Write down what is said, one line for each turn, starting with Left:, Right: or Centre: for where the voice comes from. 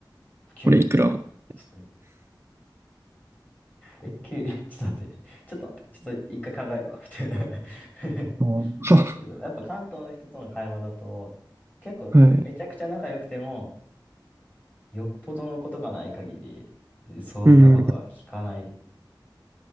Left: 給料いくら
Right: これいくら <laughs>
Left: <laughs> え、給料、ちょっと待って、ちょっと待って、ちょっと一回考えるわ、みたいな <laughs>
Right: は、
Left: だけど、やっぱ関東の人との会話だと、結構めちゃくちゃ仲良くても、
Right: はい。
Left: よっぽどのことがない限り、そんなことは聞かない
Right: うん、